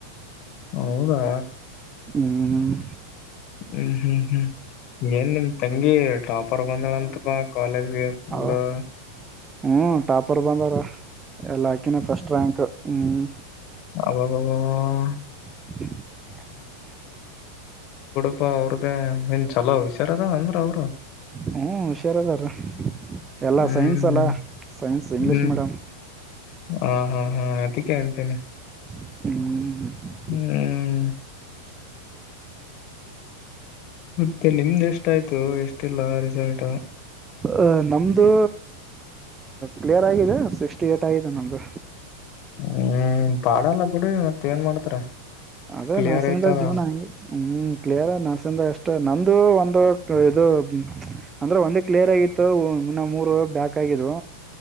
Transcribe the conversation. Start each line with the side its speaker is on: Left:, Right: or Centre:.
Left: ಹೌದಾ
Right: ಹ್ಮ್
Left: ಹ್ಮ್ ಹ್ಮ್ ಹ್ಮ್ ಏನ್ ನಿಮ್ ತಂಗಿ ಟಾಪರ್ ಬಂದಳಂತ ಕ ಕಾಲೇಜ್ ಅ ಪಲ್ಲ
Right: ಅವ
Left: <unintelligible>
Right: ಹ್ಮ್ ಟಾಪರ್ ಬಂದಾರ ಎಲ್ಲ ಹಾಕಿನ ಫಸ್ಟ್ ರ್ಯಾಂಕ್ ಹ್ಮ್
Left: ಅ <unintelligible>
Right: <unintelligible>
Left: ಪ್ಪಾ ಅವ್ರದ್ದೇ ಇನ್ ಚಲೋ ಹಷಾರ ಅದ ಅಂದ್ರ ಅವ್ರು
Right: ಹ್ಞೂ ಹುಷಾರದಾರೀ ಎಲ್ಲ
Left: ಹ್ಮ್
Right: ಸೈನ್ಸ್ ಅಲ್ಲ ಸೈನ್ಸ್ ಇಂಗ್ಲೀಷ್
Left: ಹ್ಮ್
Right: ಮೇಡಂ
Left: ಹಾ ಹಾ ಹಾ ಅದಕ್ಕೆ ಅಂತೇನೆ
Right: ಹ್ಮ್
Left: ಹ್ಮ್ ಮತ್ತೆ ನಿಮ್ದ್ ಎಷ್ಟ ಆಯ್ತು ಎಷ್ಟಿಲ್ಲ ರಿಸಲ್ಟ್
Right: ಅ ನಮ್ದು ಕ್ಲಿಯರ್ ಆಗಿದೆ ಸಿಕ್ಸ್ಟಿ ಏ ಗತ್ತ <unintelligible> ಇ ನಂದು
Left: ಹ್ಮ್ ಪಾಡ ಎಲ್ಲ ಬಿಡ ಮತ್ತ ಏನ್ ಮಾಡ್ತಾರ
Right: ಅದೇ
Left: ಕ್ಲಿಯರ್
Right: ನರ್ಸಿಂಗ್ದ
Left: ಆಯ್ತದ
Right: ಜೀವನ ಹಂಗಗೆ ಹ್ಮ್ ಕ್ಲಿಯರ್ ನರ್ಸಿಂಗ್ ಎಷ್ಟು ನಂದು ಒಂದು ಇದು ಅಂದ್ರೆ ಒಂದ ಕ್ಲಿಯರ್ ಆಗಿತ್ತು ಇನ್ನ ಮೂರು ಬ್ಯಾಕ್ ಆಗಿದ್ದು